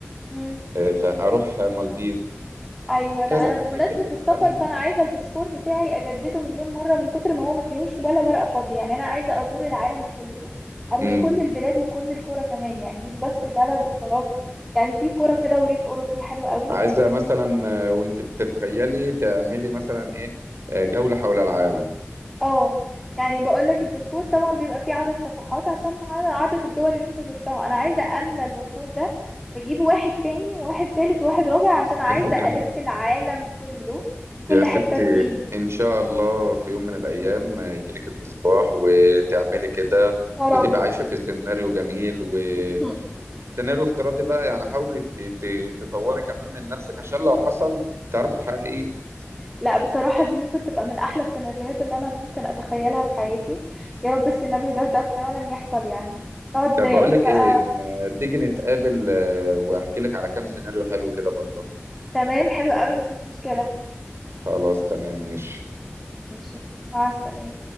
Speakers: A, in the centre; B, on the right.
A: مم.
B: آه، فاروح آه، مالديف
A: ايوه لا
B: كذا
A: انا
B: حاجه
A: بمناسبه
B: كده
A: السفر
B: فاهمه
A: فانا عايزه الباسبور بتاعي اجدده مليون مره من كتر ما هو ما فيهوش ولا ورقه فاضيه يعني انا عايزه ازور العالم كله اروح
B: امم
A: كل البلاد وكل القرى كمان يعني مش بس البلد وخلاص يعني في قرى كده وريف اوروبي حلو قوي
B: عايزه مثلا آه، وانت بتتخيلي تعملي مثلا ايه آه، جوله حول العالم
A: اه يعني بقول لك الباسبور طبعا بيبقى فيه عدد صفحات عشان ع- عدد الدول اللي انت زرتها انا عايزه املى الباسبور ده واجيب واحد تاني وواحد تالت وواحد رابع عشان عايزه
B: <laughs>
A: الف العالم كله كل
B: يا ستي
A: حته فيه
B: إن شاء الله في يوم من الأيام يجيلك المصباح وتعملي كده
A: يا رب
B: وتبقى عايشة في سيناريو جميل و-
A: <laughs>
B: وسيناريو افتراضي بقى يعني حاولي ت- ت- تطوري كمان من نفسك عشان لو حصل تعرفي تحققيه
A: لا بصراحة دي ممكن تبقى من أحلى السيناريوهات اللي أنا ممكن أتخيلها في حياتي يا رب السيناريو ده ده فعلا يحصل يعني نقعد
B: طب
A: نقول
B: بقول لك
A: بقى
B: إيه ما تيجي نتقابل آه، وأحكي لك على كام سيناريو حلو كده برضه
A: تمام حلو قوي مفيش مشكلة
B: خلاص تمام ماشي
A: ماشي مع السلامة